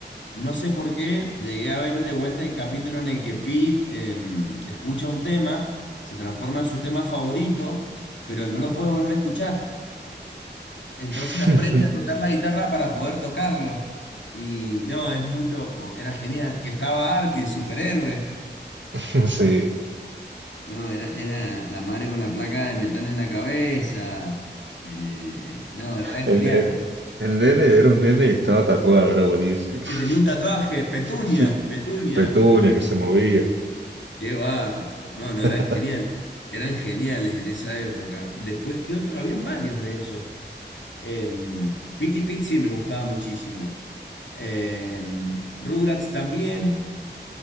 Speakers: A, on the left; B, on the right.
A: No sé por qué llegué a ver de vuelta el capítulo en el que Pete em, escucha un tema, se transforma en su tema favorito, pero no lo puede volver a escuchar. Entonces
B: <laughs>
A: aprende a tocar la guitarra para poder tocarlo. Y no, es muy loco, era genial. Que estaba Artie, el superhéroe.
B: Sí,
A: No, era, era la madre con la placa de metal en la cabeza. Eh, no, eran
B: el,
A: geniales.
B: el, el nene era un nene y estaba tatuado, era buenísimo. <laughs>
A: Que tenía un tatuaje, Petunia,
B: Sí,
A: Petunia.
B: Petunia que se movía.
A: Qué bárbaro. No, no,
B: <laughs>
A: eran geniales. Eran geniales en esa época. Después, ¿qué otro? Habían varios de esos. Em, Piti Pizzi me gustaba muchísimo. Em, Rugrats también.